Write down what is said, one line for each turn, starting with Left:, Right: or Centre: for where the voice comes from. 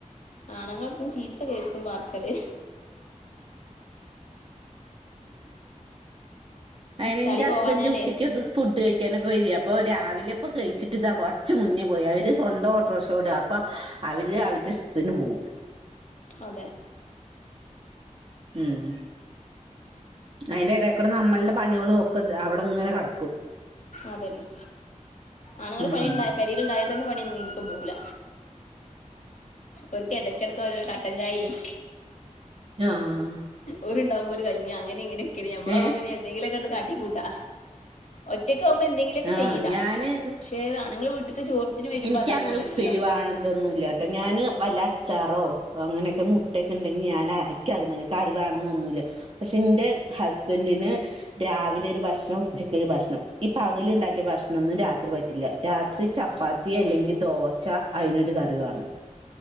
Left: ആണുങ്ങളെടുത്ത് ചീത്ത കേക്കും പാർസല്
Right: അയിന്
Left: ചളി
Right: എന്റെ ഹസ്ബൻന്റ്
Left: പോവാഞ്ഞാലേ
Right: ഉച്ചക്കൊക്കെ ഫുഡ് കഴിക്കാനൊക്കെ വരെ അപ്പൊ രാവിലെപ്പോ കഴിച്ചിട്ട്താ കൊറച്ച് മുന്നേ പോയി അവര് സ്വന്തം ഓട്ടർഷോടാ അപ്പൊ അവര് അവരെ ഇഷ്ട്ടത്തിന് പോവും
Left: അതെ
Right: ഉം അതിന്റെ എടെക്കൂടെ നമ്മളുടെ പണികളും ഒക്കെ അവിടെ ഇങ്ങനെ കെടക്കും
Left: അതന്നെ ആണുങ്ങള്
Right: ഉം
Left: പണി ഉണ്ടായതെനെ പേരിൽ ഉണ്ടായത്തന്നെ പണി നീ പോവൂല ഓര്ക്ക് ഇടക്കിടക്ക് ഓരോരോ കട്ടൻചായേം
Right: ആഹ്
Left: ഒരുണ്ടാവുമ്പോൾ ഒരു കഞ്ഞി അങ്ങനെ ഇങ്ങനെയൊക്കെണ് നമ്മളാവുമ്പ
Right: ഏഹ്
Left: പിന്നെ എന്തെങ്കിലുമൊക്കെ കാട്ടിക്കൂട്ടാ ഒറ്റക്കാവുമ്പോ എന്തെങ്കിലുമൊക്കെ
Right: ആഹ്
Left: ചെയ്താ
Right: ഞാന്
Left: പക്ഷെ ആണുങ്ങൾ വീട്ടിക്ക് ചോറത്തിന് വരുമ്പോ
Right: എനിക്കങ്ങനെ
Left: അതേപോലെല്ലല്ലോ
Right: ഉപ്പേരിവാണം ഇതൊന്നുല്ല ട്ടെ ഞാൻ വല്ല അച്ചാറോ അങ്ങനെയൊക്കെ മുട്ടയൊക്കെ ഇണ്ടെങ്കി ഞാൻ ഇക്കത് മതി കറിവാണെന്നേ ഒന്നുമില്ല പക്ഷെ എന്റെ ഹസ്ബന്റ് ന് രാവിലെ ഒരു ഭക്ഷണം ഉച്ചക്കൊരു ഭക്ഷണം പകലുണ്ടാക്കിയ ഭക്ഷണൊന്നും രാത്രി പറ്റില്ല രാത്രി ചപ്പാത്തി അല്ലെങ്കിൽ ദോശ അതിനൊരു കറി വേണം